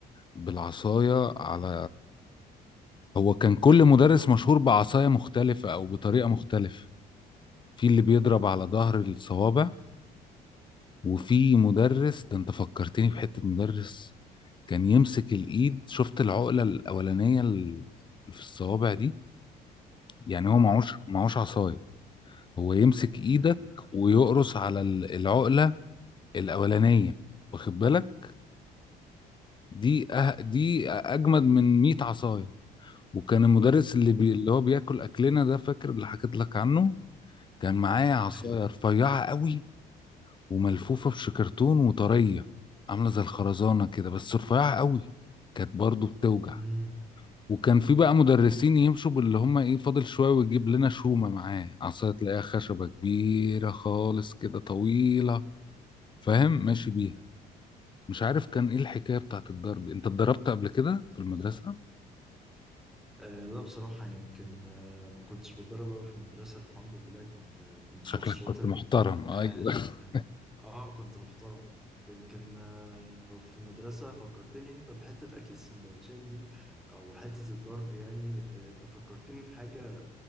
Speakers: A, on the left; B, in the centre.
A: بالعصاية على هو كان كل مدرس مشهور بعصاية مختلفة أو بطريقة مختلفة في اللي بيضرب على ظهر الصوابع وفي مدرس ده انت فكرتني بحتة مدرس كان يمسك الايد شفت العقلة الاولانية ال- في الصوابع دي يعني هو معهوش
B: اه
A: معهوش عصاية هو يمسك
B: يا
A: ايدك
B: لهوي
A: ويقرص على ال- العقلة الاولانية واخد بالك دي أه دي اجمد من 100 عصاية وكان المدرس اللي بي اللي هو بياكل اكلنا ده فاكر اللي حكيت لك عنه كان معايا عصاية
B: طيب
A: رفيعة قوي وملفوفة بشكرتون وطرية عاملة زي الخرزانة كده بس رفيعة قوي كانت برضو بتوجع
B: مم.
A: وكان في بقى مدرسين يمشوا باللي هم ايه فاضل شوية ويجيب لنا شومة معاه عصاية تلاقيها خشبة كبيرة خالص كده طويلة فاهم ماشي بيها مش عارف كان ايه الحكاية بتاعت الضرب انت اتضربت قبل كده في المدرسة
B: آه لا بصراحة يمكن آه ما كنتش بتدرب أوي في المدرسة الحمد لله كنت كنت
A: شكلك
B: شخص شاطر
A: كنت محترم ايوه
B: آه,
A: <laughs>
B: آه كنت محترم يمكن آه في المدرسة فكرتني أنت بحتة أكل السندوتشات دي أو حتة الضرب يعني آه أنت فكرتني في حاجة